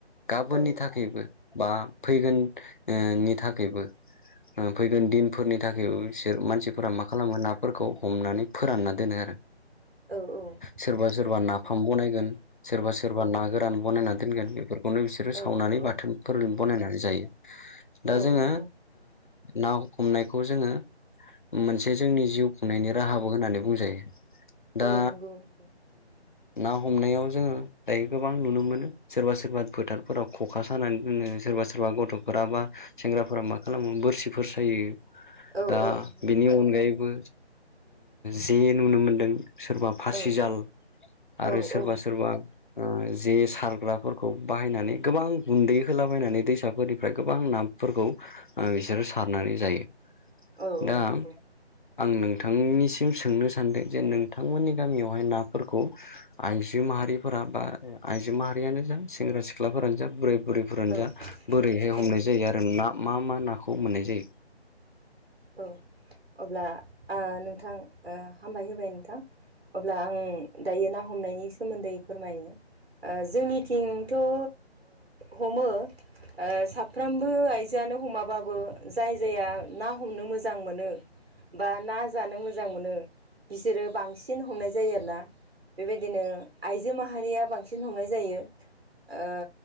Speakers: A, on the left (about 50°); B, on the right (about 65°).
A: गाबोननि
B: औ
A: थाखायबो बा फैगोननि थाखायबो फैगोन दिनफोरनि थाखायबो बिसोर मानसिफोरा मा खालामो नाफोरखौ हमनानै फोरानना दोनो आरो।
B: औ औ
A: सोरबा सोरबा नाफाम
B: नंगौ
A: बनायगोन। सोरबा सोरबा
B: औ
A: ना गोरान बनायना दोनगोन बेफोरखौनो बिसोरो
B: औ
A: सावनानै
B: औ
A: बाथोनफोर बानायनानै जायो। दा
B: औ
A: जोङो
B: नंगौ
A: ना हमनायखौ जोङो मोनसे जोंनि जिउ खुंनायनि राहाबो होननानै बुंजायो दा
B: औ नंगौ नंगौ
A: ना हमनायाव जोङो दायो गोबां नुनो मोनो सोरबा सोरबा फोथारफोराव खखा सानानै दोनो सोरबा सोरबा गथ'फोराबा सेंग्राफोरा मा खालामोमोन बोरसिफोर सायो।
B: औ
A: दा
B: औ नंगौ
A: बिनि अनगायैबो जे नुनो मोनदों। सोरबा फासिजाल
B: औ
A: आरो
B: औ
A: सोरबा सोरबा जे सारग्राफोरखौ बाहायनानै गोबां गुन्दै होलाबायनानै दैसाफोरनिफ्राय गोबां ना फोरखौ बिसोरो सारनानै जायो।
B: औ औ
A: दा
B: नंगौ
A: आं नोंथांनिसिम सोंनो सान सानदों जे नोंथांमोननि गामियावहाय नाफोरखौ आइजो माहारिफोरा बा आइजो माहारियानो जा सेंग्रा सिख्लाफोरानो जा बोराय बुरैफोरानो
B: औ
A: जा बोरैहाय हमनाय
B: औ
A: जायो आरो ना मा मा नाखौ मोननाय जायो?
B: औ अब्ला नोंथां हामबाय होबाय नोंथां। अब्ला आं दायो ना हमनायनि सोमोन्दै फोरमायनो। ओ जोंनिथिंथ' ओ हमो सा साफ्रोमबो आइजोआनो हमाब्लाबो जाय जाया ना हमनो मोजां मोनो। बा ना जानो मोजां मोनो बिसोरो बांसिन हमनाय जायो आरो ना। बेबायदिनो आइजो माहारिया बांसिन हमनाय जायो। ओ